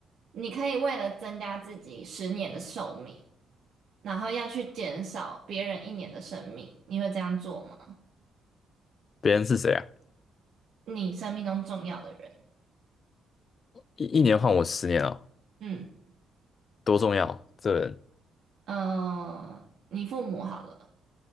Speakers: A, on the right (about 70°); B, on the left (about 50°).
A: 你可以为了增加自己十年的寿命，然后要去减少别人一年的生命，你会这样做吗？
B: 别人是谁啊？
A: 你生命中重要的人，
B: 一一年换我十年啊，
A: 嗯
B: 多重要！这人，
A: 呃，你父母好了，